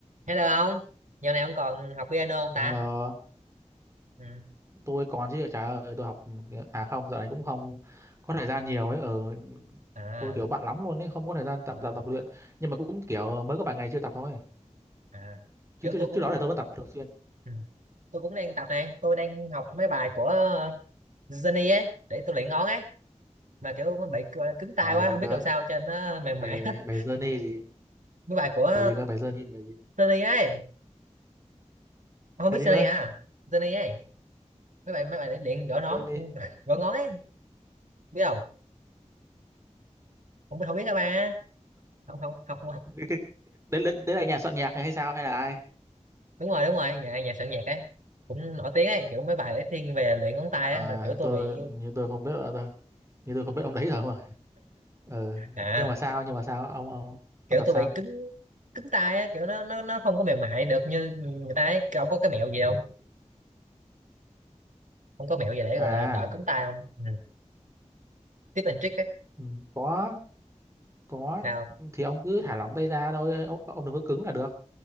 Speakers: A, on the right; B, on the right.
A: Hello ông, giờ này ông còn học piano không ta?
B: Hello,
A: Ừ.
B: tôi còn chứ trời ơi tôi học à không dạo này cũng không có thời gian nhiều ấy ở
A: À,
B: tôi kiểu bận lắm luôn ấy không có thời gian tập
A: wow.
B: tập tập luyện nhưng mà cũng kiểu mới có vài ngày chưa tập thôi
A: À,
B: chứ
A: kiểu
B: trước
A: tôi cũng
B: trước đó là tôi vẫn tập thường xuyên
A: ừ. tôi cũng đang tập này, tôi đang học mấy bài của Johnny ấy để tôi luyện ngón ấy, mà kiểu nó bị gọi là cứng tay
B: bài
A: quá,
B: gì
A: không biết
B: cơ
A: làm sao cho nó mềm
B: bài
A: mại hết.
B: bài journey gì
A: Mấy bài của
B: bài gì cơ bài journey là bài gì
A: Johnny ấy, ông không
B: bài
A: biết
B: gì
A: Johnny
B: cơ
A: hả? Johnny ấy, mấy bài mấy bài để luyện gõ nón,
B: journey
A: <laughs> gõ ngón ấy, biết không? Không biết không biết hả ba? Không không học
B: cái, cái, đấy, đấy, đấy là nhà soạn nhạc hay sao hay là ai
A: đúng rồi đúng rồi nhà nhà soạn nhạc ấy cũng nổi tiếng ấy kiểu mấy bài ấy thiên về luyện ngón tay
B: à,
A: á mà kiểu tôi
B: tôi
A: bị
B: như tôi không biết là tôi như tôi không biết ông đấy rồi ừ.
A: à
B: nhưng mà sao nhưng mà sao ông ông ông
A: kiểu
B: tập
A: tôi
B: sao
A: bị cứng cứng tay á kiểu nó nó nó không có mềm mại được như người ta ấy Cái ông có cái mẹo gì không không có mẹo gì để
B: à
A: gọi là đỡ cứng tay không ừ. tip and trick ấy
B: ừ, có có
A: nào
B: thì ông cứ thả lỏng tay ra thôi ông, ông đừng có cứng là được